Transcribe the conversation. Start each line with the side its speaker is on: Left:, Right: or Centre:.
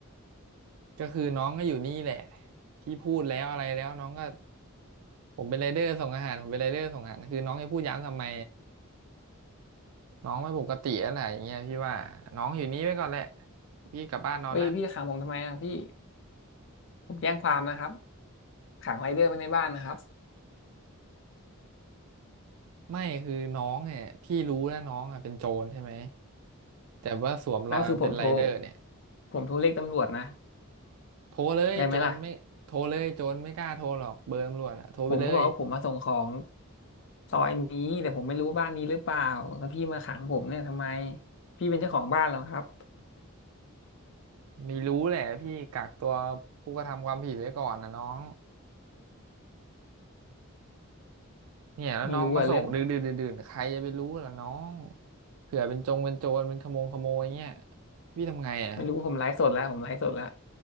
Right: ก็คือน้องก็อยู่นี่แหละพี่พูดแล้วอะไรแล้วน้องก็ผมเป็นไรเดอร์ส่งอาหารผมเป็นไรเดอร์ส่งอาหารคือน้องจะพูดย้ำทำไมน้องไม่ปกติอะไรอย่างเงี้ยพี่ว่าน้องอยู่นี่ไว้ก่อนแหละพี่กลับบ้านนอนละ
Left: เฮ้ยพี่ขังผมทำไมอ่ะพี่ผมแจ้งความนะครับขังไรเดอร์ไว้ในบ้านนะครับ
Right: ไม่คือน้องเนี่ยพี่รู้แล้วน้องอ่ะเป็นโจรใช่ไหมแต่ว่าสวมรอยมาเป็นไรเดอร์เนี่ย
Left: ไม่ก็คือผมโทรผมโทรเรียกตำรวจนะ
Right: โทรเลยโจรไม่โทรเลยโจรไม่กล้าโทรหรอกเบอร์ตำรวจอ่ะโทรไปเลย
Left: ได้ไหมล่ะผมก็บอกว่าผมมาส่งของซอยนี้แต่ผมไม่รู้บ้านนี้หรือเปล่าแล้วพี่มาขังผมเนี่ยทำไมพี่เป็นเจ้าของบ้านเหรอครับ
Right: ไม่รู้แหละพี่กักตัวผู้กระทำความผิดไว้ก่อนนะน้องเนี่ยแล้วน้องมาส่งดึกดื่นดื่นใครจะไปรู้ล่ะน้อง
Left: ไม่รู้อะเรื่อง
Right: เผื่อเป็นจงเป็นโจรเป็นขโมงขโมยเงี้ยพี่ทำไงอ่ะ
Left: ไม่รู้ว่าผมไลฟ์สดแล้วผมไลฟ์สดแล้ว